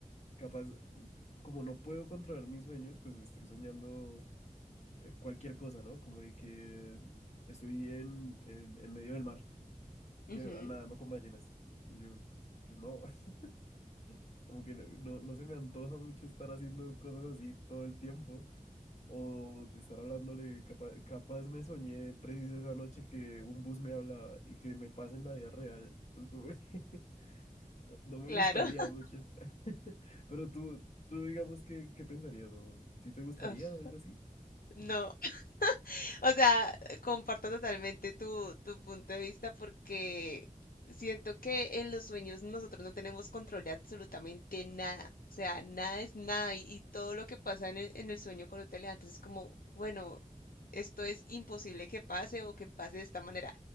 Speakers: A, on the left (about 50°); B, on the left (about 80°).
A: capaz, como no puedo controlar mis sueños, pues estoy soñando eh, cualquier cosa, ¿no? Como de que estoy en, en, en medio del mar,
B: <laughs> ujú,
A: yo nadando con ballenas. Y yo, pues no, <laughs> como que no, no no se me antoja mucho estar haciendo cosas así todo el tiempo. o de estar hablándole, capa- capaz, me soñé preciso esa noche que un bus me hablaba y que me pase en la vida real, pues como que <laughs> no me
B: claro.
A: gustaría
B: <laughs>
A: mucho. <laughs> Pero tú, tú digamos, ¿qué, qué pensarías? ¿O si te gustaría
B: Uf,
A: o algo así?
B: no, <laughs> O sea, comparto totalmente tu, tu punto de vista porque siento que en los sueños nosotros no tenemos control de absolutamente nada. O sea, nada es nada y, y todo lo que pasa en el, en el sueño cuando te levantas es como, bueno, esto es imposible que pase o que pase de esta manera.